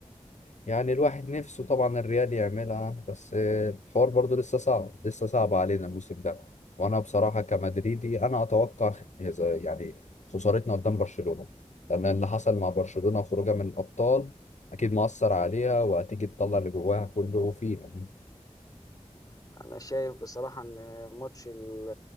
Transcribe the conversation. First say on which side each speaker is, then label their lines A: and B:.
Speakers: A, on the left; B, on the left.
A: يعني الواحد نفسه طبعا الريال يعملها بس الحوار برضو لسه صعب لسه صعب علينا الموسم ده وانا بصراحة كمدريدي انا اتوقع خ- إذا- يعني خسارتنا قدام برشلونة لان اللي حصل مع برشلونة وخروجها من الابطال اكيد مؤثر عليها وهتيجي تطلع اللي جواها كله فينا
B: انا شايف بصراحه ان ماتش ال-